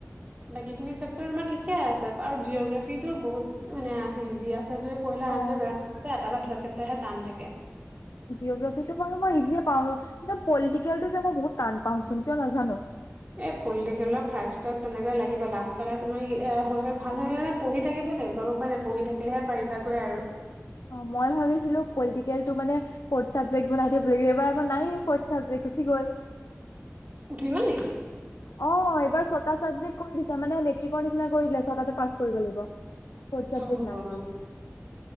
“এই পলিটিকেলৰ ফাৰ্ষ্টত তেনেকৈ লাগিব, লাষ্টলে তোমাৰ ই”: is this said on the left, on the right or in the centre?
Right